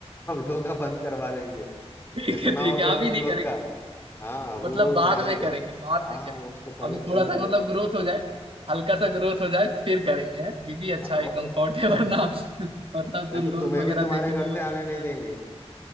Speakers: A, on the left (about 20°); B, on the right (about 55°).
A: हम लोग का बंद करवा देंगे
B: ठीक
A: इतना
B: है ठीक
A: हो गया
B: है आप ही
A: तुम
B: नहीं
A: लोग का हाँ अभी
B: मतलब
A: वो
B: बाद
A: जाने
B: में करेंगे
A: दो
B: बाद
A: हाँ
B: में करेंगे
A: हाँ वो उसको पहले
B: अभी
A: चल
B: थोड़ा सा
A: जाने
B: मतलब
A: दो
B: ग्रोथ हो जाए हल्का सा ग्रोथ हो जाए फिर करेंगे है ये भी अच्छा
A: हाँ
B: एकदम
A: और नहीं तो
B: थॉट है वरना <laughs> मतलब
A: नहीं
B: जो
A: तो
B: लोग
A: तुम्हें
B: वगैरह
A: भी तुम्हारे
B: देखेंगे
A: घर
B: वो
A: से
B: <laughs>
A: आने नहीं देंगे